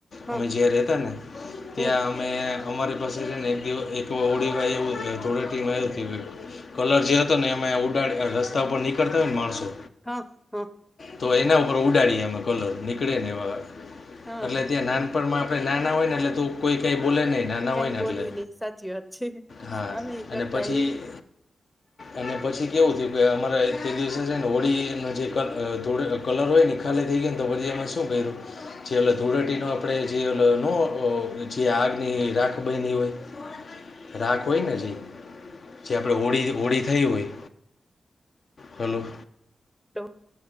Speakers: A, in the centre; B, on the left.
A: હા
B: અમે જ્યા રહેતા ને ત્યાં
A: હમ
B: અમે અમારે ને એકિવ <inaudible> ઓડીાઈ <inaudible> <unintelligible> એ થોડ ટીમ કલર જે હતો ને એમાં ઉડાડ રસ્તા પર નીકળતા હોય ન માણસો
A: હ હ.
B: તો એના ઉપર ઉડાડી એ અમે કલર નીકળે ને. એ બધા
A: હા
B: એટલે ત્યાં નાન પણ માં આપડે નાના હોય ને. એટલે તો પણ કોઈ કઈ બોલે નઈ નાના
A: કઈ
B: હોયને.
A: બોલી
B: એટલે
A: નહી સાચી વાત છે
B: હા
A: અમે કરતા
B: અને પછી
A: એવી રીતે
B: <inaudible> અને પછી કેવું થયું કે અમારે તે દિવસે છે ને હોળી ન જે કલ જોડે કલર હોય ને ખાલી થઈ ગયો ન તો પછી અમે સુ કર્યું? જે આગળ ધૂળેટી ન આપણે જે ઓ ન જે આગની રાખ બનતી હોઈ. રાખ હોય ને જે જે આપણે હોળી હોળી થઈ હોય. હલો.
A: તો